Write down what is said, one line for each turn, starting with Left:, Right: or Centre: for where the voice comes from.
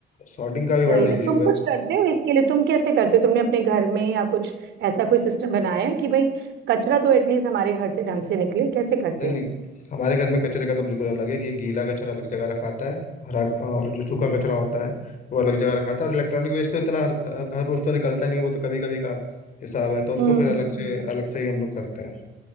Left: सॉर्टिंग का भी बड़ा
Right: दही में
Left: इशू
Right: तुम
Left: है
Right: कुछ करते हो इसके लिए तुम कैसे करते हो तुमने अपने घर में या कुछ ऐसा कोई सिस्टम बनाया है कि भाई कचरा तो एटलीस्ट हमारे घर से ढंग से निकले कैसे करते
Left: नहीं
Right: हो
Left: नहीं हमारे घर में कचरे का तो बिल्कुल अलग है कि गीला कचरा अलग जगह रखा आता है हरा और जो सूखा कचरा होता है वो अलग जगह रखा आता है और इलेक्ट्रॉनिक वेस्ट तो इतना हर, हर, हर रोज तो निकलता नहीं है वो तो कभी कभी का हिसाब है तो उसको
Right: हम्म
Left: फिर अलग से अलग से ही हम लोग करते हैं